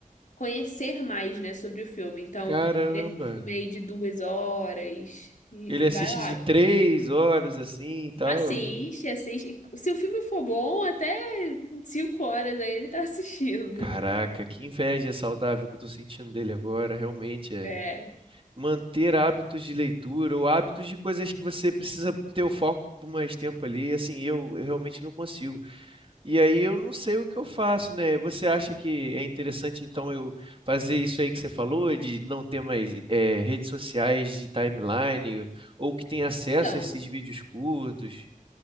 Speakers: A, on the left; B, on the right.
A: conhecer mais, né, sobre o filme. Então,
B: Caramba.
A: ele assiste filme aí de duas horas e,
B: Ele
A: e
B: assiste
A: vai lá.
B: de três horas assim e tal.
A: Assiste, assiste. Se o filme for bom, até cinco horas aí ele tá <laughs> assistindo.
B: Caraca, que inveja saudável que eu tô sentindo dele agora, realmente é.
A: É.
B: Manter hábitos de leitura ou hábitos de coisas que você precisa ter o foco por mais tempo ali, assim, eu, eu realmente não consigo. E aí eu não sei o que eu faço, né? Você acha que é interessante, então, eu fazer isso aí que você falou, de não ter mais eh, redes sociais de timeline, ou que tem acesso
A: Então,
B: a esses vídeos curtos?